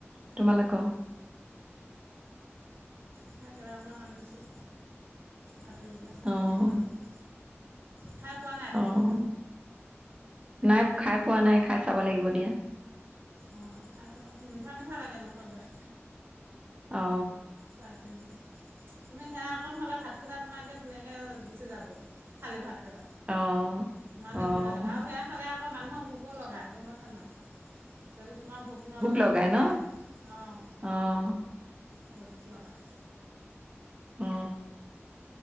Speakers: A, on the right; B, on the right.
A: তোমাল ক অ
B: সেয়া কেইদালমান আনিছোঁ কাটি বোলে চাটনি
A: অঁ
B: বনাম বোলো খাই পোৱা নাই তোমাৰ
A: অঁ নাই খাই পোৱা নাই খাই চাব লাগিব দিয়া
B: অঁ খাই চাবাচোন মিঠা মিঠা লাগে নখজাই
A: অ
B: তাত ন তুমি সেয়া অকণহ'লে ভাতকেইটা তোমাৰে ধুনীয়াকৈ গুচি যাবগৈ খালী ভাত কাইটা
A: অঁ
B: ইমানে
A: অঁ
B: ধুনীয়া লাগে আৰু সেয়া খালে আকৌ মানুহৰ ভোক লগায় গম পাইছ নাই যদি তোমাৰ ভোক নলগা
A: লগাই
B: হৈ থাকে
A: ন
B: অঁ
A: অঁ
B: ভোক লগায়াই
A: অ